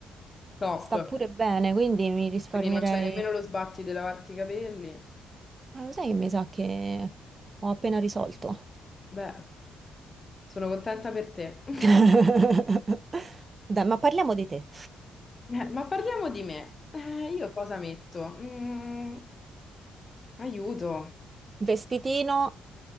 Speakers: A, on the left (about 30°); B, on the right (about 30°).
A: Top.
B: sta pure bene, quindi mi risparmierei...
A: Quindi non c'è nemmeno lo sbatti di lavarti i capelli.
B: Ma lo sai che mi sa che ho appena risolto?
A: Beh, sono contenta per te. <laughs>
B: <laughs> Dai, ma parliamo di te.
A: Eh, ma parliamo di me. Eh, io cosa metto? Mm, aiuto.
B: Vestitino,